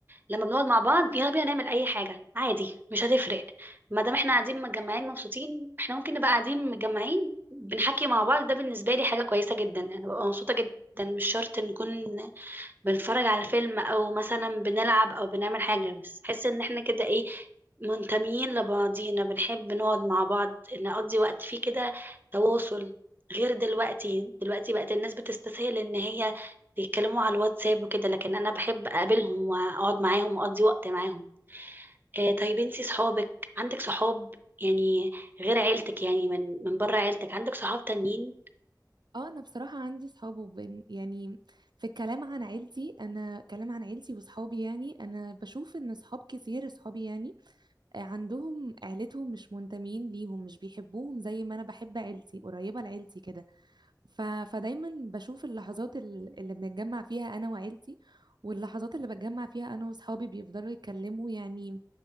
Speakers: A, on the right (about 25°); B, on the right (about 75°).
A: لما بنقعد مع بعض يلا بينا نعمل اي حاجة عادي مش هتفرق ما دام احنا قاعدين متجمعين مبسوطين احنا ممكن نبقى قاعدين متجمعين بنحكي مع بعض ده بالنسبة لي حاجة كويسة جدا انا ببقى مبسوطة جدا مش شرط نكون بنتفرج على فيلم او مثلا بنلعب او بنعمل حاجة بس حس ان احنا كده ايه منتميين لبعضينا بنحب نقعد مع بعض نقضي وقت فيه كده تواصل غير دلوقتي دلوقتي بقت الناس بتستسهل ان هي يتكلموا على الواتساب وكده لكن انا بحب اقابلهم واقعد معاهم واقضي وقت معاهم آه طيب انتي صحابك عندك صحاب يعني غير عيلتك يعني من من بره عيلتك عندك صحاب تانيين
B: اه انا بصراحه عندي صحاب وبن يعني في الكلام عن عيلتي انا كلام عن عيلتي وصحابي يعني انا بشوف ان صحاب كتير صحابي يعني عندهم عيلتهم مش منتمين ليهم مش بيحبوهم زي ما انا بحب عيلتي قريبة لعيلتي كده ف... فدايما بشوف اللحظات ال- اللي بنتجمع فيها انا وعيلتي واللحظات اللي بتجمع فيها انا واصحابي بيفضلوا يتكلموا يعني